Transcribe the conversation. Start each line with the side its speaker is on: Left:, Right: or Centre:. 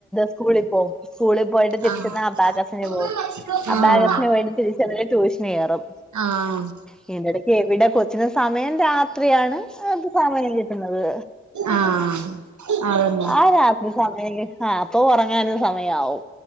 Centre: സ്കൂളിൽ പോകും സ്കൂളിൽ പോയിട്ട് തിരിച്ച്ന്നാൽ
Right: ആഹ്
Centre: അബാക്കസിന്
Right: ആഹ്
Centre: പോവും അബാകസിനെ പോയിട്ട് തിരി ചെന്നാൽ ട്യൂഷന് കയറും.
Right: ആഹ്
Centre: ഇതിന്റെ ഇടക്ക് എവിടെ കൊച്ചിന് സമയം രാത്രിയാണ് അത് സമയം കിട്ടുന്നത്
Right: ആഹ് അത് തന്നെ
Centre: ആ രാത്രി സമയം ആഹ് അപ്പൊ ഉറങ്ങാനും സമയമാവും